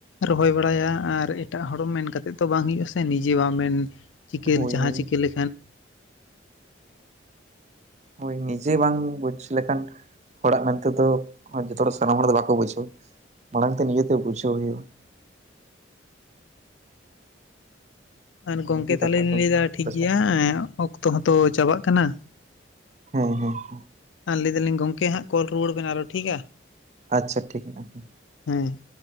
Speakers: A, on the left (about 75°); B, on the right (about 35°).
A: ᱨᱚᱦᱚᱭ ᱵᱟᱲᱟᱭᱟ ᱟᱨ ᱮᱴᱟᱜ ᱦᱚᱲ ᱢᱮᱱ ᱠᱟᱛᱮᱫ ᱛᱚ ᱵᱟᱝ ᱦᱩᱭᱩᱜ ᱟᱥᱮ ᱱᱤᱡᱮ ᱵᱟᱢ ᱢᱮᱱ ᱪᱤᱠᱟᱹ
B: ᱦᱳᱭ
A: ᱡᱟᱦᱟᱸ
B: ᱦᱳᱭ
A: ᱪᱤᱠᱟᱹ ᱞᱮᱠᱷᱟᱱ
B: ᱦᱳᱭ ᱱᱤᱡᱮ ᱵᱟᱝ ᱵᱩᱡᱽ ᱞᱮᱠᱷᱟᱱ ᱦᱚᱲᱟᱜ ᱢᱮᱱᱛᱮᱫᱚ ᱡᱷᱚᱛᱚ ᱦᱚᱲ ᱥᱟᱱᱟᱢ ᱦᱚᱲ ᱫᱚ ᱵᱟᱠᱚ ᱵᱩᱡᱷᱟᱹᱣᱟ ᱢᱟᱲᱟᱝ ᱛᱮ ᱱᱤᱡᱮᱛᱮ ᱵᱩᱡᱷᱟᱹᱣ ᱦᱩᱭᱩᱜᱼᱟ᱾
A: ᱟᱨ
B: ᱚᱱᱟᱜᱮ
A: ᱜᱚᱢᱠᱮ ᱛᱟᱦᱞᱮ
B: ᱠᱟᱛᱷᱟ
A: ᱞᱤᱧ
B: ᱫᱚ
A: ᱞᱟᱹᱭᱫᱟ ᱴᱷᱤᱠ
B: ᱵᱮᱥ᱾
A: ᱜᱮᱭᱟ ᱚᱠᱛᱚ ᱦᱚᱸᱛᱚ ᱪᱟᱵᱟᱜ ᱠᱟᱱᱟ,
B: ᱦᱚᱸ ᱦᱚᱸ ᱦᱚᱸ᱾
A: ᱞᱮ ᱫᱟᱹᱞᱤᱧ ᱜᱚᱢᱠᱮ ᱦᱟᱸᱜ ᱠᱚᱞ ᱨᱩᱭᱟᱹᱲ ᱵᱮᱱ ᱟᱨᱚ ᱴᱷᱤᱠᱼᱟ?
B: ᱟᱪᱪᱷᱟ ᱴᱷᱤᱠ ᱢᱮᱱᱟᱜᱼᱟ ᱦᱟᱸ᱾
A: ᱦᱮᱸ᱾